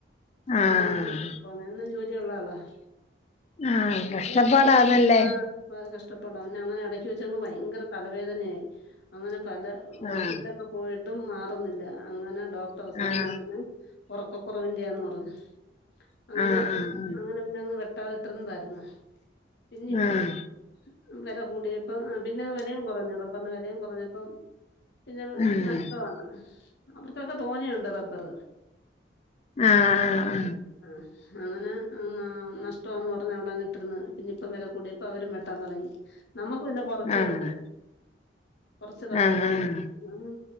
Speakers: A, on the left; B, on the left.
A: ആഹ്
B: അങ്ങനെയാ പോന്നെ എന്നും ജോലി ഉള്ള ആളാ.
A: ആഹ് കഷ്ടപ്പാടാന്നല്ലേ
B: ഞാൻ വൈ ആഹ് കഷ്ടപ്പാട പിന്നെ അങ്ങനെ ഇടക്ക്‌ വെച്ച് ഭയങ്കര തലവേദനയായി അങ്ങനെ പല ഹോസ്പിറ്റലൊ
A: ആഹ്
B: ക്കെ പോയിട്ടും മാറുന്നില്ല അങ്ങനെ ഡോക്ടർ അവസാനം
A: ആഹ്
B: പറഞ്ഞ്. ഒറക്കക്കുറവിന്റെയാന്ന് പറഞ്ഞു അങ്ങനെ
A: ആഹ് ആഹ്
B: അങ്ങ് നെ പിന്നങ്ങ് വെട്ടാതെ ഇട്ടിരുന്നതായിരുന്ന്. പിന്നിപ്പം
A: ആഹ് ആഹ്
B: വെല കൂടിയപ്പം പിന്നങ് വെലയും കുറഞ്ഞ് റബ്ബറിന് വെലയും കൊറഞ്ഞപ്പം. പിന്നെ
A: ആഹ്
B: നഷ്ടാണ് അവർക്കൊക്കെ തോന ഉണ്ട് റബ്ബർ.
A: ആഹ് ആഹ്
B: മ്മ് ആഹ് അങ്ങനെ ന നഷ്ടംന്ന് പറഞ്ഞാ വിടെ ഇട്ടിരുന്ന് പിന്നെ ഇപ്പം വില കൂടിയപ്പം അവരും വെട്ടാൻ തുടങ്ങി. നമുക്ക് പിന്നെ കുറച്ചേ
A: ആഹ്
B: ഉള്ളൂ. കൊറച്ച് റബ്ബറേ
A: ആഹ്
B: ഉള്ളൂ ആഹ്